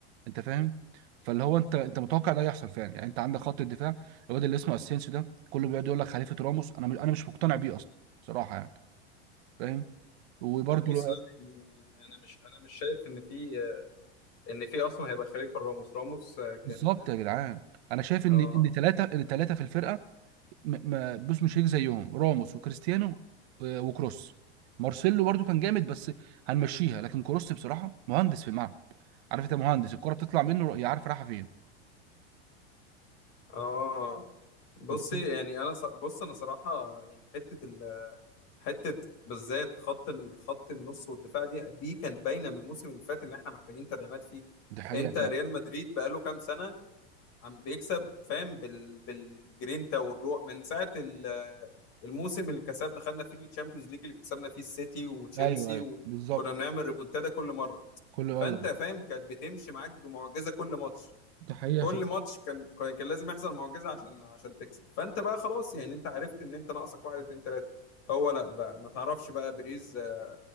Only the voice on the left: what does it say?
بص لا يعني انا مش انا مش شايف ان في ان في اصلا هيبقى خليفه راموس راموس
كان
اه
اه بصي
يعني انا ص- بص انا صراحه يعني حته ال حته بالذات خط ال- خط النص والدفاع دي دي كانت باينه من الموسم اللي فات ان احنا محتاجين تدعيمات فيه
انت
ريال مدريد بقاله كام سنه عم بيكسب فاهم بال بالجرينتا والروح من ساعه ال- الموسم اللي كسبنا خدنا فيه الشامبيونز ليج اللي كسبنا فيه السيتي وتشيلسي
وكنا
بنعمل ريمونتادا كل مره
فانت
فاهم كانت بتمشي معاك بمعجزه كل ماتش
كل
ماتش كان كان كان لازم يحصل معجزه عشان عشان تكسب فانت بقى خلاص يعني انت عرفت ان انت ناقصك واحد اتنين تلاته هو لا بقى ما تعرفش بقى بيريز آه،